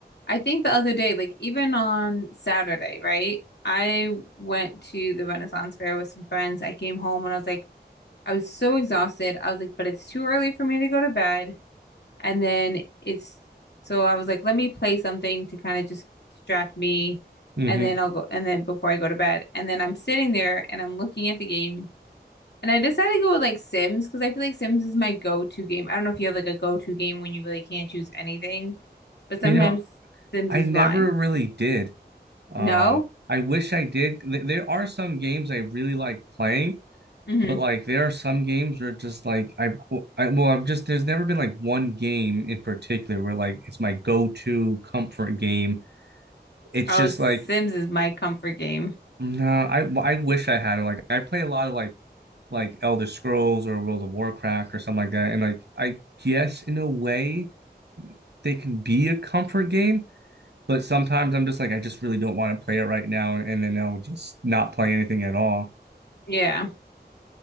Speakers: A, on the left; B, on the right.
A: I think the other day, like even on Saturday, right? I went to the Renaissance Fair with some friends. I came home and I was like, I was so exhausted. I was like, but it's too early for me to go to bed. And then it's so I was like, let me play something to kind of just distract me.
B: hmm
A: And then I'll go, and then before I go to bed. And then I'm sitting there and I'm looking at the game. And I decided to go with like Sims because I feel like Sims is my go-to game. I don't know if you have like a go-to game when you really can't choose anything, but sometimes
B: You know,
A: Sims
B: I
A: is
B: never
A: mine.
B: really did. Um,
A: No?
B: I wish I did. Th- There are some games I really like playing,
A: Mm-hmm.
B: but like there are some games where just like I've, I, well, I've just, there's never been like one game in particular where like it's my go-to comfort game. It's
A: Oh,
B: just
A: Sims
B: like,
A: is my comfort game.
B: no, I, I wish I had it. Like I play a lot of like, like Elder Scrolls or World of Warcraft or something like that. And like, I guess in a way they can be a comfort game But sometimes I'm just like, I just really don't want to play it right now, and, and then I'll just not play anything at all.
A: Yeah.